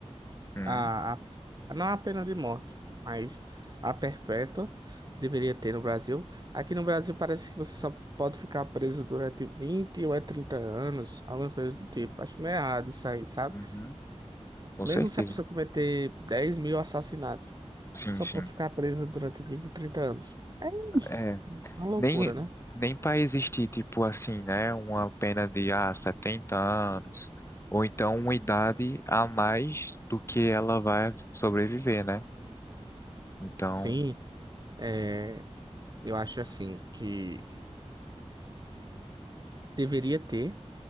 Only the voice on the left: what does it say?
Hum,
uhum, com
certeza.
Sim,
sim.
É,
nem,
nem para existir, tipo assim, né? Uma pena de, ah, 70 anos, ou então uma idade a mais do que ela vai sobreviver, né? Então,